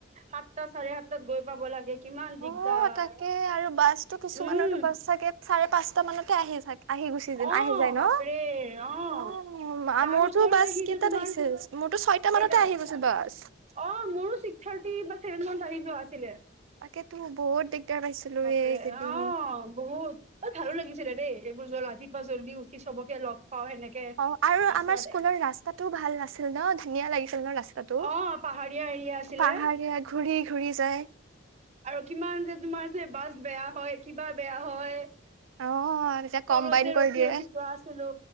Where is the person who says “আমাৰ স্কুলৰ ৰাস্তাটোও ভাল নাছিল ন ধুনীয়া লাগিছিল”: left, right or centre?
Right